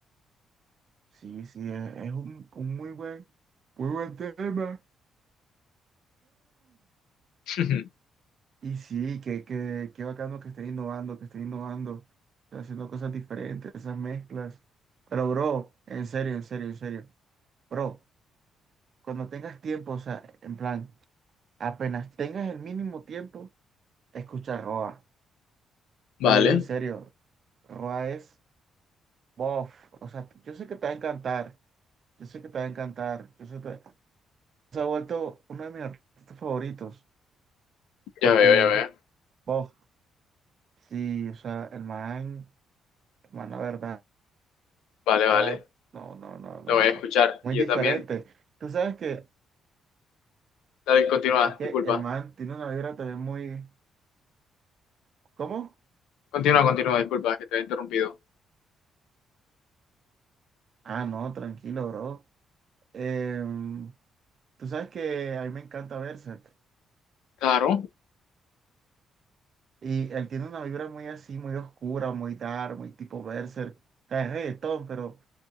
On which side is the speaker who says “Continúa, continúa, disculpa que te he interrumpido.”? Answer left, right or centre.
Left